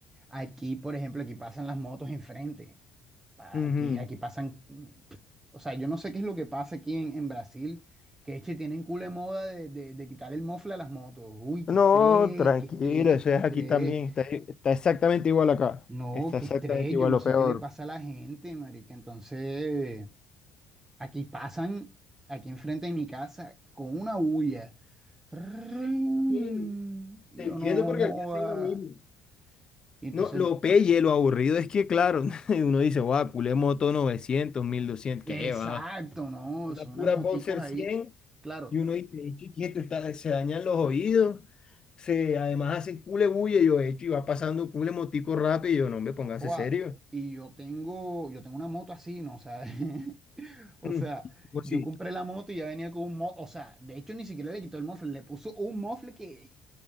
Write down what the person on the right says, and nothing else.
aquí, por ejemplo, aquí pasan las motos enfrente. Pa-
Aquí, aquí pasan, mm, o sea, yo no sé qué es lo que pasa aquí en, en Brasil, que es que tienen culo de moda de, de, de quitar el mofle a las motos. Uy, qué
estrés,
qué estrés,
qué
estrés.
No,
qué
estrés,
yo no
sé
qué le pasa a la gente, marica. Entonces, aquí pasan, aquí enfrente de mi casa, con una bulla. ¡Rin!
Yo
no
joda.
Y entonces,
exacto,
no,
son
unas moticos
ahí.
Claro,
joda,
y yo tengo, yo tengo una moto así, ¿no? O sea, <laughs> o
sea,
yo
compré la moto y ya venía con un mofle. O sea, de hecho, ni siquiera le quitó el mofle, le puso un mofle que,